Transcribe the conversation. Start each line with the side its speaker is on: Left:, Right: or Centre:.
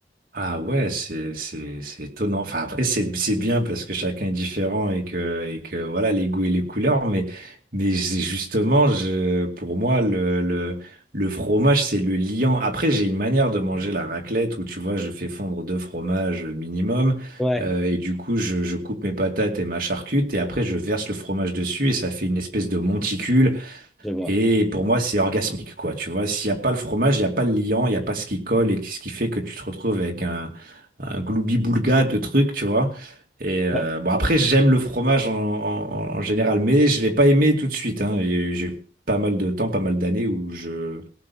Right: Ah ouais, c'est c'est c'est étonnant. Enfin après c'est c'est bien parce que chacun est différent et que et que voilà les goûts et les couleurs. Mais mais c'est justement je pour moi le le le fromage c'est le liant. Après j'ai une manière de manger la raclette où tu vois je fais fondre deux fromages minimum
Centre: Ouais,
Right: euh, et du coup je je coupe mes patates et ma charcute et après je verse le fromage dessus et ça fait une espèce de monticule.
Centre: je vois.
Right: Et pour moi, c'est orgasmique, quoi. Tu vois, s'il n'y a pas le fromage, il n'y a pas le liant, il n'y a pas ce qui colle et ce qui fait que tu te retrouves avec un, un gloubi-boulga de trucs, tu vois. Et euh,
Centre: Ouais.
Right: bon, après, j'aime le fromage en, en- en général, mais je ne l'ai pas aimé tout de suite. hein. Et J'ai eu pas mal de temps, pas mal d'années où je